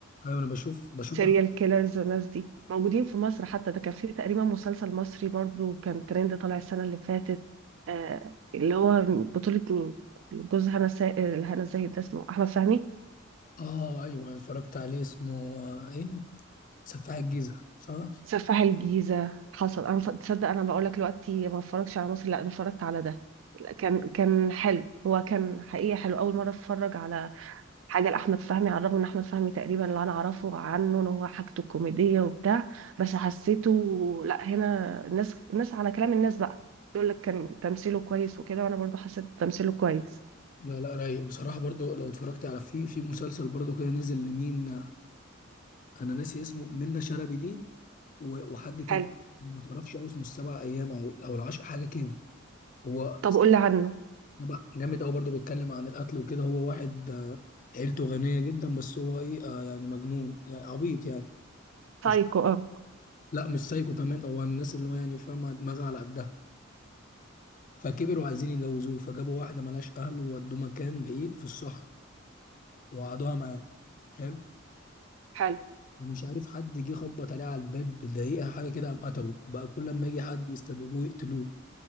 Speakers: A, on the left; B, on the right.
A: أيوة أنا بشوف بشوف
B: سيريال كيلرز والناس دي موجودين في مصر حتى ده كان في تقريبا مسلسل مصري برضو كان ترند طالع السنة اللي فاتت آه، اللي هو بطولة مين جوز هنا سا... آه، هنا الزاهد ده اسمه أحمد فهمي
A: اه أيوة أنا اتفرجت عليه اسمه آه، إيه سفاح الجيزة صح؟
B: سفاح الجيزة حصل أنا ف- تصدق أنا بقول لك دلوقتي ما اتفرجش على مصر لا أنا اتفرجت على ده لا، كان كان حلو هو كان حقيقة حلو أول مرة أتفرج على حاجه لاحمد فهمي على الرغم ان احمد فهمي تقريبا اللي انا اعرفه عنه ان هو حاجته كوميديه وبتاع بس حسيته لا هنا الناس الناس على كلام الناس بقى يقول لك كان تمثيله كويس وكده وانا برضو حسيت تمثيله كويس
A: لا لا رايق بصراحة برضو لو اتفرجت على في في مسلسل برضو كده نزل لمين انا ناسي اسمه منة شلبي دي و- وحد تاني
B: حلو
A: ما تعرفش هو اسمه السبع ايام او او العشر حاجه كده هو
B: طب قول لي عنه
A: سبع جامد قوي برضه بيتكلم عن القتل وكده هو واحد آه، عيلته غنيه جدا بس هو ايه آه، يعني مجنون يعني عبيط يعني مش
B: سايكو اه
A: لا مش سايكو كمان هو الناس اللي هو يعني فاهمه دماغها على قدها فكبروا عايزين يجوزوه فجابوا واحده ملهاش اهل وودوه مكان بعيد في الصحراء وقعدوها معاه حلو
B: حلو
A: مش عارف حد جه خبط عليه على الباب دقيقة حاجة كده قام قتله بقى كل لما يجي حد يستدعوه يقتلوه